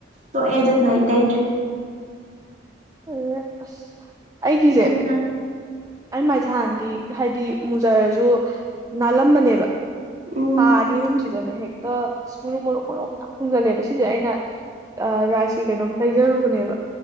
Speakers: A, on the right; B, on the right.
A: ꯇꯣꯛꯑꯦ ꯑꯗꯨꯅ ꯑꯩ ꯇꯩꯗ꯭ꯔꯦ
B: ꯑ ꯑꯁ ꯑꯩꯒꯤꯁꯦ
A: ꯑꯗꯨꯅ
B: ꯑꯩ ꯃꯥꯏꯁ ꯍꯥꯟꯗꯤ ꯍꯥꯏꯗꯤ ꯃꯨꯖꯔꯁꯨ ꯅꯥꯜꯂꯝꯕꯅꯦꯕ
A: ꯎꯝ
B: ꯇꯥ ꯑꯅꯤ ꯑꯍꯨꯝꯁꯤꯗꯅꯦ ꯍꯦꯛꯇ ꯃꯨꯝ ꯃꯔꯣꯛ ꯃꯔꯣꯛ ꯃꯌꯥꯝ ꯊꯨꯒꯜꯂꯦꯕ ꯁꯤꯁꯦ ꯑꯩꯅ ꯑ ꯔꯥꯖꯀꯤ ꯀꯩꯅꯣꯝ ꯇꯩꯖꯔꯨꯕꯅꯦꯕ